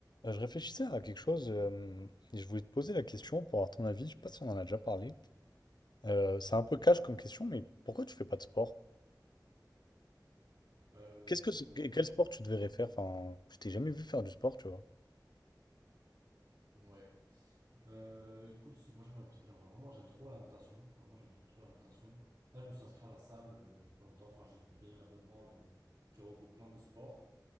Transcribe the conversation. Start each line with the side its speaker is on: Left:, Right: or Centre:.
Left: Euh, Je réfléchissais à quelque chose euh, et je voulais te poser la question pour avoir ton avis. Je sais pas si on en a déjà parlé. Euh, c'est un peu cash comme question, mais pourquoi tu fais pas de sport?
Right: Euh,
Left: Qu'est-ce que ce- que-
Right: ouais,
Left: quel sport tu devrais faire? Enfin, je t'ai jamais vu faire du sport, tu vois.
Right: ouais. Euh, écoute, c'est- moi j'aimerais, bi- j'aimerais vraiment, j'aime trop la natation. Vraiment, j'aime trop trop la natation. Là, je me suis inscrit à la salle euh, pas longtemps. Enfin, j'ai payé un abonnement euh, qui regroupe plein de sports.